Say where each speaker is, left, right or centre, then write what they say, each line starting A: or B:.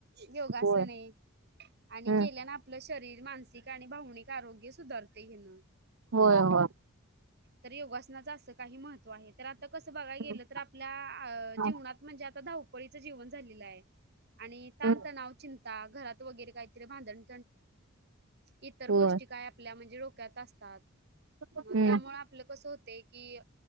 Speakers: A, on the right (about 50°); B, on the right (about 70°).
A: योगासने
B: होय
A: आणि
B: हम्म
A: केल्यान आपलं शरीर मानसिक आणि भावनिक आरोग्य सुधारते हेन
B: होय हो
A: तर योगासनाचं असं काही महत्व तर आता कसं बघाय गेलं
B: हम्म
A: तर आपल्या
B: हा
A: जीवनात म्हणजे आता ाव ळीच जीवन झालेलं आहे आणि ताणतणाव
B: हम्म
A: चिंता घरात वगैरे काहीतरी भांधण इतर
B: होय
A: गोष्टी काय आपल्या म्ह ोक्यात असतात
B: हम्म
A: त्यामुळे आपलं कस होते की